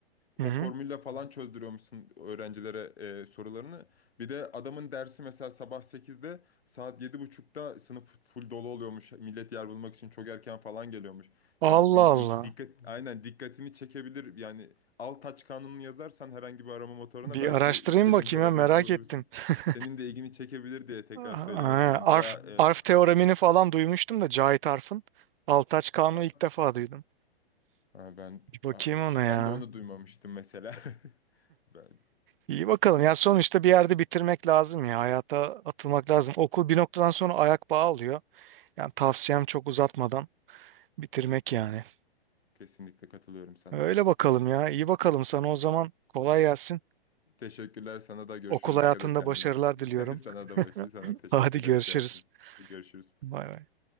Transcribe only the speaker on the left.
O
formülle falan çözdürüyormuşsun öğrencilere e, sorularını. Bir de adamın dersi mesela sabah sekizde saat yedi buçukta sınıf full dolu oluyormuş. Millet yer bulmak için çok erken falan geliyormuş.
Yani bir- ilk
dikkat aynen dikkatini çekebilir. Yani al taç kanununu yazarsan herhangi bir arama motoruna
belki
istediğin
kadar
bilgi bulabilirsin.
Senin de ilgini çekebilir diye tekrar
söylemek istedim. Bayağı
e,
ha-
ha, ben
ha, hiç
ben de onu duymamıştım mesela. <laughs> Ben
kesinlikle katılıyorum sana.
Teşekkürler sana da görüşürüz.
Dikkat et kendine.
<laughs> Sana da başı, sana
teşekkürler
iş hayatında. Görüşürüz.